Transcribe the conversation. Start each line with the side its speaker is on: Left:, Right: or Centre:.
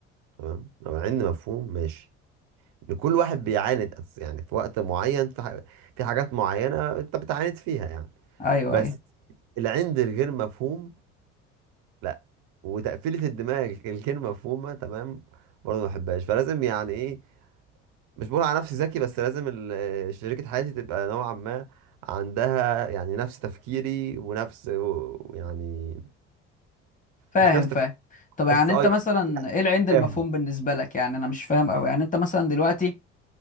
Right: تمام لو عند مفهوم ماشي ان كل واحد بيعاند أس- يعني في وقت معين في ح- في حاجات معينة انت بتعاند فيها يعني
Left: ايوه
Right: بس
Left: ايوه
Right: العند الغير مفهوم لا وتقفيلة الدماغ الغير مفهومة تمام برضه ما بحبهاش فلازم يعني ايه مش بقول على نفسي ذكي بس لازم ال- آه، شريكة حياتي تبقى نوعا ما عندها يعني نفس تفكيري ونفس و- يعني
Left: فاهم
Right: مش نفس
Left: فاهم
Right: تفكيري
Left: طب يعني
Right: بس
Left: انت
Right: اه يبقى
Left: مثلا ايه العند المفهوم
Right: تفاهم
Left: بالنسبة لك يعني انا مش فاهم قوي يعني انت مثلا دلوقتي